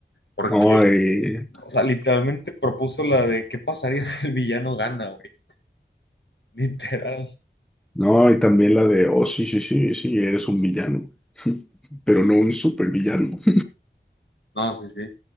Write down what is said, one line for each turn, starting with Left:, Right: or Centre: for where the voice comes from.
Left: Porque
Centre: No, y,
Left: O sea, literalmente propuso la de qué pasaría <laughs> si el villano gana, güey. Literal.
Centre: no, y también la de, oh, sí, sí, sí, sí, eres un villano. <laughs> Pero no un supervillano. <laughs>
Left: No, sí, sí.